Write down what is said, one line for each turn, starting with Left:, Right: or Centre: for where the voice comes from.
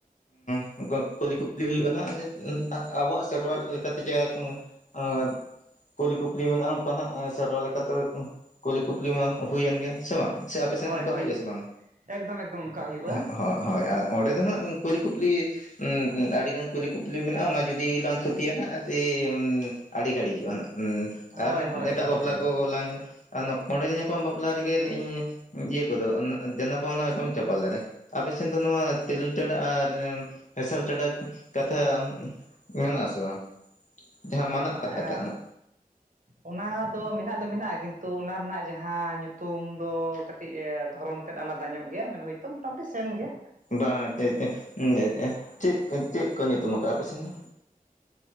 Left: <inaudible> ᱠᱩᱞᱤ ᱠᱩᱯᱞᱤ ᱦᱩᱭᱩᱜᱼᱟ ᱟᱵᱚᱣᱟᱜ ᱥᱮᱨᱣᱟ ᱞᱮᱠᱟᱛᱮ ᱡᱟ ᱟᱨ ᱠᱩᱞᱤ ᱠᱩᱯᱞᱤ ᱢᱮᱱᱟᱜᱼᱟ ᱚᱱᱠᱟᱱᱟᱜ ᱥᱮᱨᱣᱟ ᱞᱮᱠᱟ ᱛᱮᱜᱮ ᱛᱚ ᱠᱩᱞᱤ ᱠᱩᱯᱞᱤ ᱢᱟ ᱦᱩᱭᱮᱱ ᱜᱮᱭᱟ ᱥᱮ ᱵᱟᱝ ᱥᱮ ᱟᱯᱮ ᱥᱮᱱ
Right: ᱦᱳᱭ
Left: ᱚᱱᱠᱟ
Right: ᱦᱳᱭ
Left: ᱦᱩᱭᱩᱜᱼᱟ ᱥᱮ ᱵᱟᱝ?
Right: ᱮᱠᱫᱚᱢ ᱮᱠᱫᱚᱢ ᱚᱱᱠᱟ ᱦᱩᱭᱩᱜᱼᱟ
Left: <unintelligible> ᱦᱳᱭ ᱟᱨ ᱚᱸᱰᱮ ᱫᱚ ᱦᱟᱸᱜ ᱠᱩᱞᱤ ᱠᱩᱯᱞᱤ ᱟᱹᱰᱤᱜᱟᱱ ᱠᱚᱞᱤ ᱠᱩᱯᱞᱤ ᱢᱮᱱᱟᱜᱼᱟ ᱚᱱᱟ ᱡᱩᱫᱤ ᱞᱟᱝ ᱛᱷᱩᱛᱤᱭᱟ ᱦᱟᱸᱜ ᱥᱮ ᱟᱹᱰᱤ ᱜᱷᱟᱹᱲᱤᱡᱚᱜᱼᱟ ᱦᱟᱸᱜ
Right: ᱦᱳᱭ
Left: ᱟᱨᱦᱚᱸ
Right: ᱦᱳᱭ
Left: ᱮᱴᱟᱜ
Right: ᱦᱮᱸ
Left: ᱵᱟᱯᱞᱟ ᱠᱚᱞᱟᱝ ᱧᱮᱞ ᱟᱨ ᱚᱱᱟ ᱠᱚᱸᱰᱮᱞ ᱧᱟᱯᱟᱢ ᱵᱟᱯᱞᱟ ᱨᱮᱜᱮ ᱤᱧ ᱤᱭᱟᱹ ᱠᱚᱫᱚ ᱫᱮᱱᱟᱯᱟᱣᱱᱟ ᱮᱠᱷᱚᱱ ᱪᱟᱯᱟᱞ ᱫᱟᱨᱮ ᱟᱯᱮ ᱥᱮᱱ ᱫᱚ ᱱᱚᱣᱟ ᱛᱮᱨᱮᱞ ᱴᱮᱰᱟ ᱟᱨ ᱦᱮᱸᱥᱟᱞ ᱪᱟᱰᱟ ᱠᱟᱛᱷᱟ ᱢᱮᱱᱟᱜ ᱟᱥᱮ ᱵᱟᱝ ᱡᱟᱦᱟᱸ ᱢᱟᱱᱟᱜ
Right: ᱮ
Left: ᱠᱟᱛᱷᱟ ᱴᱟᱜ ᱱᱟᱜ
Right: ᱚᱱᱟ ᱫᱚ ᱢᱮᱱᱟᱜ ᱫᱚ ᱢᱮᱱᱟᱜᱼᱟ ᱠᱤᱱᱛᱩ ᱚᱱᱟ ᱨᱮᱱᱟᱜ ᱡᱟᱦᱟᱸ ᱧᱩᱛᱩᱢ ᱫᱚ ᱠᱟᱹᱴᱤᱡ ᱫᱷᱚᱨᱚᱱ ᱛᱮᱫ ᱟᱞᱟᱫᱟ ᱧᱚᱜ ᱜᱮᱭᱟ ᱢᱮᱱ ᱦᱳᱭᱛᱳ ᱢᱳᱚᱴᱟᱢᱩᱴᱤ ᱥᱮᱢ ᱜᱮᱭᱟ
Left: ᱵᱟᱝ <unintelligible> ᱪᱮᱫ ᱪᱮᱫ ᱠᱚ ᱧᱩᱛᱩᱢ ᱟᱠᱟᱜᱼᱟ ᱟᱯᱮ ᱥᱮᱱ ᱫᱚ?